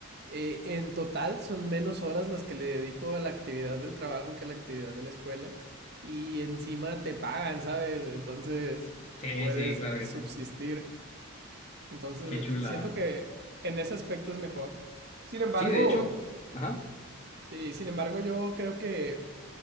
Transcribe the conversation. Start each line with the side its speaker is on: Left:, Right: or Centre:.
Right: eh, en total son menos horas las que le dedico a la actividad del trabajo que a la actividad de la escuela y encima te pagan, ¿sabes? Entonces
Left: Sí,
Right: puedes
Left: sí, claro que
Right: subsistir.
Left: sí.
Right: Entonces
Left: Qué chula.
Right: siento que en ese aspecto es mejor. Sin embargo,
Left: Sí, de hecho, ajá.
Right: sí, sin embargo yo creo que